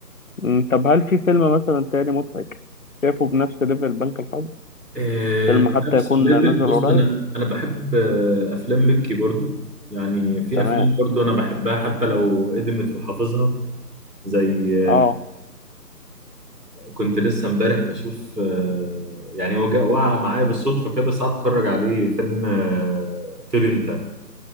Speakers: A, on the left; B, on the right.
A: أمم، طب هل في فيلم مثلا تاني مضحك شايفه بنفس ليفل بنك الحظ
B: آه،
A: فيلم
B: في
A: حتى
B: نفس
A: يكون
B: الليفل
A: نزل
B: بص
A: قريب
B: أنا أنا بحب آه، أفلام مكي برضو يعني في
A: تمام
B: أفلام برضو أنا بحبها حتى لو قدمت وحافظها زي
A: اه
B: كنت لسه امبارح بشوف آه، يعني هو جاء وقع معايا بالصدفه كده بس قعدت اتفرج عليه فيلم آه، طير انت